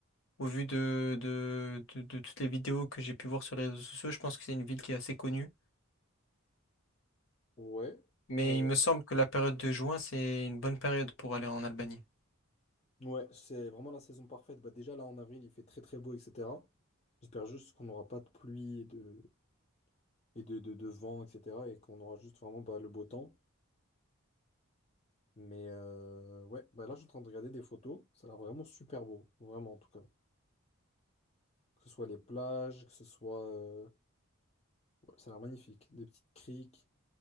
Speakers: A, on the left (about 65°); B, on the left (about 30°).
A: Au vu de, de, de, de toutes les vidéos que j'ai pu voir sur les réseaux sociaux, je pense que c'est une ville qui est assez connue.
B: Ouais,
A: Mais
B: ouais, ouais.
A: il me semble que la période de juin, c'est une bonne période pour aller en Albanie.
B: Ouais, c'est vraiment la saison parfaite. Bah déjà là en avril, il fait très très beau, etc. J'espère juste qu'on n'aura pas de pluie et de, et de, de, de vent, etc. Et qu'on aura juste vraiment bah, le beau temps. Mais euh, ouais, bah là je suis en train de regarder des photos. Ça a l'air vraiment super beau, vraiment en tout cas. Que ce soit les plages, que ce soit... euh, ouais, ça a l'air magnifique. Des petites criques.